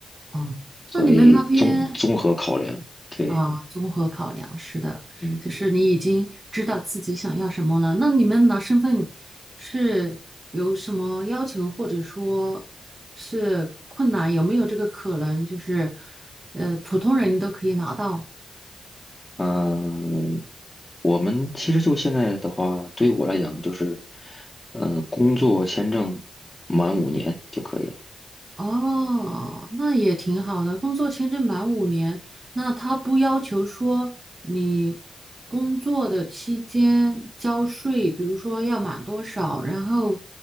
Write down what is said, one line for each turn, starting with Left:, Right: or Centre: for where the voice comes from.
Right: 嗯，
Left: 所以综综合考量，
Right: 那你们那边
Left: 对，
Right: 啊，综合考量是的，
Left: 嗯。
Right: 就是你已经知道自己想要什么了。那你们拿身份是有什么要求，或者说是困难？有没有这个可能，就是呃，普通人都可以拿到？
Left: 嗯，我们其实就现在的话，对于我来讲就是，呃，工作签证满五年就可以了。
Right: 哦，那也挺好的。工作签证满五年，那他不要求说你工作的期间交税，比如说要满多少，然后